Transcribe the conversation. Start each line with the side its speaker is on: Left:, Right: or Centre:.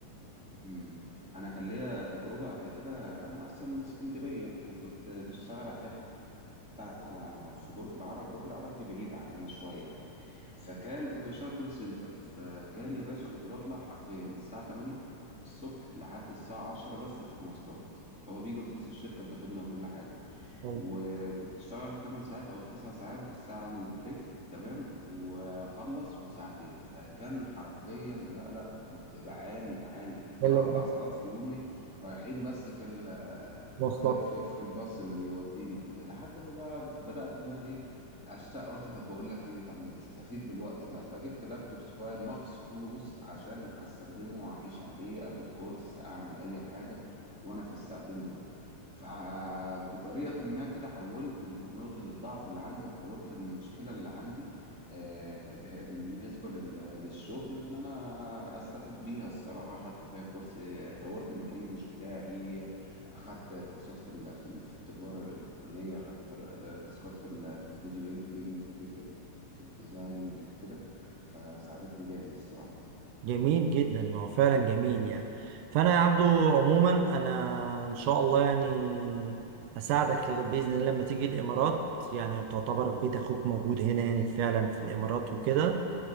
Centre: امم انا كان ليا تجربه قبل كده انا اصلا من اسكندريه وكنت بشتغل على بتاع في برج العرب برج العرب دي بعيدة عننا شوية يعني فكان كنت بشتغل كول سنتر فكان يا باشا كنت بطلع حرفيا من الساعة 8 الصبح لحد الساعة 10 بس في المواصلات هو بيجي أتوبيس الشركة بياخدنا وكل حاجة
Right: يلا
Centre: وكنت أشتغل التمن ساعات أو التسع ساعات بالساعة البريك تمام وأخلص وساعتين فكان حرفيا لا لا كنت بعاني بعاني يعني في
Right: يلا
Centre: أربع ساعات في يومي رايحين بس في ال
Right: مواصلات
Centre: في في في الباص اللي بيوديني وكده لحد ما بقى بدأت اللي انا ايه اشتاق قلت طب بقول لك ايه طب ما تستفيد بالوقت ده فجبت لابتوب صغير مخصوص عشان استخدمه واعيش عليه اخد كورس اعمل اي حاجة وانا في الساعتين دول فبطريقة ما كده حولت نقطة الضعف اللي عندي وحولت المشكلة اللي عندي آه، به- بالنسبة لل- للشغل اللي أنا أستفيد بيها الصراحة خدت فيها كورس طورت من الإنجليش بتاعي اخدت كورسات في ال- في ال- في التجاره الالكترونيه اخدت تر- ت- تاسكات في ال- في الفيديو اديتنج في ال- في الديزايننج في كده فساعدتني جامد الصراحه
Right: جميل جدا ما هو فعلا جميل يعني فانا يا عبدو عموما انا ان شاء الله يعني اساعدك ل- باذن الله لما تيجي الامارات يعني تعتبر بيت اخوك موجود هنا يعني فعلا في الامارات وكده